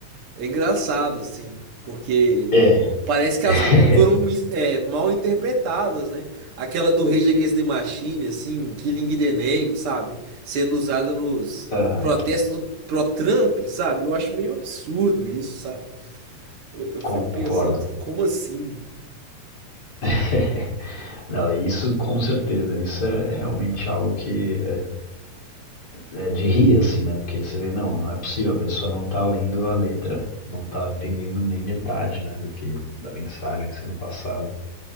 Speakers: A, on the right; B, on the left.
A: É engraçado, assim, porque
B: É.
A: parece que
B: <laughs>
A: as músicas foram mis- é, mal interpretadas, né? Aquela do Rage Against the Machine, assim, Killing in the Name, sabe? Sendo usada nos
B: Aham,
A: protestos do pro Trump, sabe? Eu acho meio absurdo isso, sabe? Eu, eu fico
B: Concordo.
A: pensando assim, como assim?
B: <laughs> Não, isso com certeza. Isso é realmente algo que é, é de rir, assim, né? Porque você vê, não, não é possível, a pessoa não tá lendo a letra, não tá entendendo nem metade, né, do que da mensagem sendo passada.